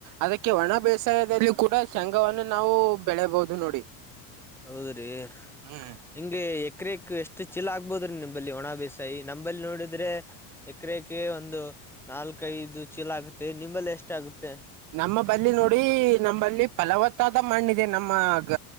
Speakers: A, on the right; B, in the centre.
A: ಅದಕ್ಕೆ ಒಣ ಬೇಸಾಯದಲ್ಲಿ ಕೂಡ ಸಂಘವನ್ನು ನಾವು ಬೆಳೆಯಬಹುದು ನೋಡಿ.
B: ಹೌದ್ರಿ.
A: ಹ್ಮ್
B: ಹಿಂಗೆ ಎಕರೆಕ ಎಷ್ಟು ಚೀಲ ಆಗ್ಬೋದ್ರೀ ನಿಂಬಲ್ಲಿ ಒಣ ಬೇಸಾಯ ನಂಬಲ್ಲಿ ನೋಡಿದ್ರೆ. ಎಕರೆಕ ಒಂದು ನಾಲ್ಕೈದು ಚೀಲ ಆಗುತ್ತೆ ನಿಂಬಲ್ಲಿ ಎಷ್ಟ ಆಗುತ್ತೆ.
A: ನಮ್ಮ ಬಲ್ಲಿನೋಡಿ ನಮ್ಮಲ್ಲಿ ಫಲವತ್ತಾದ ಮಣ್ಣಿದೆ ನಮ್ಮಗ